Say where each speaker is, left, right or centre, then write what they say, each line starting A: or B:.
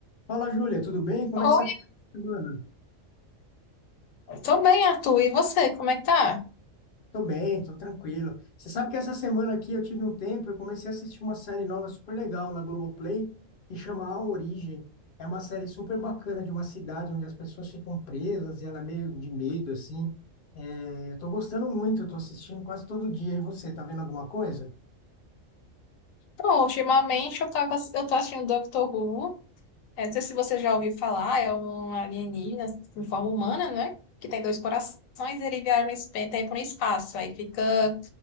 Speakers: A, on the left; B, on the left.
A: Fala, Júlia, tudo bem? Como
B: Oi,
A: é que você tá essa semana?
B: tô bem, Arthur. E você, como é que tá?
A: Tô bem, tô tranquilo. Você sabe que essa semana aqui eu tive um tempo, eu comecei a assistir uma série nova super legal na Globoplay, que chama A Origem. É uma série super bacana de uma cidade onde as pessoas ficam presas e ela é meio de medo, assim. É, eu tô gostando muito, eu tô assistindo quase todo dia. E você, tá vendo alguma coisa?
B: Bom, ultimamente eu tava, eu tô assistindo Doctor Who. É, não sei se você já ouviu falar, é um alienígena em forma humana, né? Que tem dois corações, e ele viaja no esp- tempo e no espaço. Aí fica